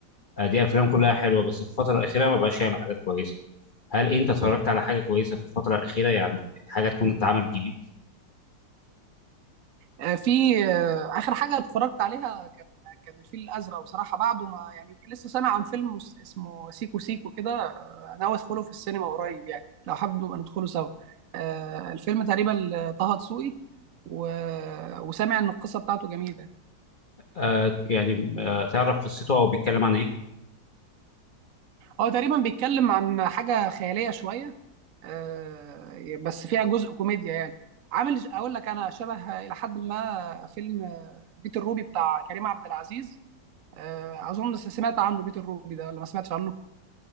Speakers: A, on the left (about 35°); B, on the right (about 60°).
A: آه دي أفلام كلها حلوة بس في الفترة الأخيرة ما بقاش يعمل حاجات كويسة هل أنت اتفرجت على حاجة كويسة في الفترة الأخيرة يعني حاجة تكون اتعملت جديد
B: آه، في آه، اخر حاجه اتفرجت عليها كان كان الفيل الازرق بصراحه بعده ما يعني لسه سامع عن فيلم مس- اسمه سيكو سيكو كده آه، ناوي ادخله في السينما قريب يعني لو حابب نبقى ندخله سوا آه، الفيلم تقريبا طه دسوقي و... وسامع ان القصه بتاعته جميله
A: آه يعني آه تعرف قصته أو بيتكلم عن إيه؟
B: هو تقريبا بيتكلم عن حاجة خيالية شوية آه، بس فيها جزء كوميديا يعني عامل اقول لك انا شبه الى حد ما فيلم آه، بيت الروبي بتاع كريم عبد العزيز آه، اظن سمعت عنه بيت الروبي ده ولا ما سمعتش عنه